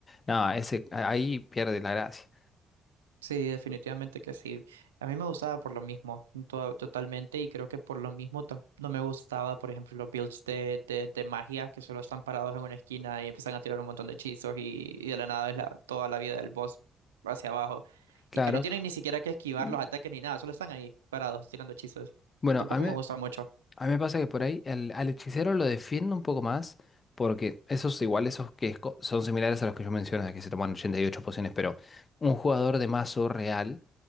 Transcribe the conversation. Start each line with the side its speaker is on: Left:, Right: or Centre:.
Left: No, ese, a- ahí pierde la gracia.
Right: Sí, definitivamente que sí. A mí me gustaba por lo mismo, to- totalmente, y creo que por lo mismo tam- no me gustaba, por ejemplo, los builds de, de, de magia que solo están parados en una esquina y empiezan a tirar un montón de hechizos y, y de la nada es la, toda la vida del boss hacia abajo
Left: Claro.
Right: y que no tienen ni siquiera que esquivar
Left: Mm,
Right: los ataques ni nada, solo están ahí parados tirando hechizos.
Left: Bueno,
Right: Tampoco
Left: a mí,
Right: me gusta mucho,
Left: A mí me pasa que por ahí al, al hechicero lo defiendo un poco más, porque esos igual, esos que es co- son similares a los que yo menciono, de que se toman 88 pociones, pero un jugador de mazo real